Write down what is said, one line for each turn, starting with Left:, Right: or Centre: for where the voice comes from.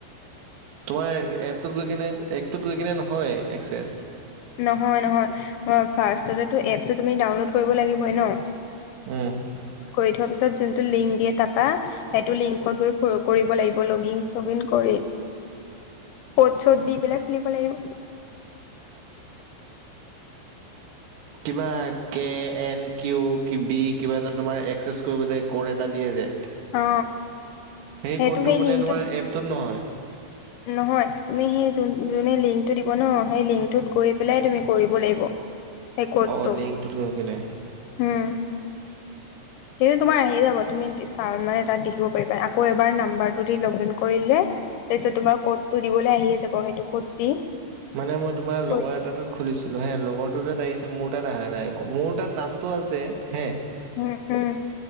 Right: তোমাৰ এপটোত গৈ কেনে এপটোত গৈ কেনে নহয় একসেছ।
Left: নহয় নহয়, ফাৰ্ষ্টততেটো এপটো তুমি ডাউনলোড কৰিব লাগিবই ন।
Right: উম'
Left: কৰি থোৱা পিছত যোনটো লিংক দিয়ে তাপা- সেটো লিংকত গৈ কৰিব লাগিব, লগ ইন চগ ইন কৰি-
Right: <inaudible>
Left: ক'ত চ'দ দি পেলাই খুলিব লাগিব।
Right: কিবা কে এন কিউ কি বি কিবা এটা তোমাৰ এক্সেছ কৰিব যে ক'ড এটা দিয়ে যে,
Left: অ
Right: - সেই
Left: সেইটো
Right: ক'ডটো মানে
Left: লিংকটোত
Right: তোমাৰ এপটোত নহয়।
Left: নহয়, তুমি হেই যোন যোনে লিংকটো দিব ন সেই লিংকটোত গৈ পেলাই তুমি কৰিব লাগিব। সেই কডটো
Right: অ লিংকটোত গৈ কিনে
Left: হুম'। সেইটো তোমাৰ আহি যাব, তুমি চা মানে তাত দেখিব পাৰিবা আকৌ এবাৰ নাম্বাৰ টো দি লগিন কৰিলে- তাপিছত তোমাৰ ক'ডতো দিবলে আহি আছে যাব সেইটো ক'ত দি-
Right: মানে মই তোমাৰ
Left: কৰি
Right: লগৰ এটা তোক- খুলিছিলো হেঁ লগৰটো তাত আহিছে, মোৰ তাত অহা নাই, আ মোৰ তাত নামটো আছে হেঁ-
Left: হুমম-হুমম